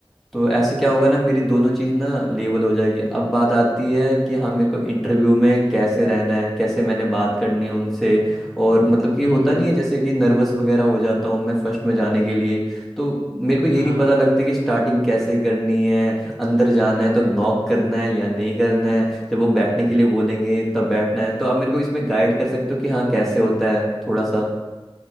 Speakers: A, in the centre; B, on the left (about 45°).
A: तो ऐसे क्या होगा ना मेरी दोनों चीज़ ना लेवल हो जाएगी अब बात आती है कि हाँ मेरे को इंटरव्यू में कैसे रहना है कैसे मैंने बात करनी है उनसे और मतलब कि
B: हम्म
A: होता
B: हम्म,
A: नहीं
B: हम्म।
A: है जैसे कि नर्वस वगैरह हो जाता हूँ मैं फर्स्ट में जाने के लिए तो मेरे को ये
B: हाँ
A: नहीं पता लगता कि स्टार्टिंग कैसे करनी है अंदर जाना है तो नॉक करना है या नहीं करना है जब वो बैठने के लिए बोलेंगे तब बैठना है तो आप मेरे को इसमें गाइड कर सकते हो कि हाँ कैसे होता है थोड़ा सा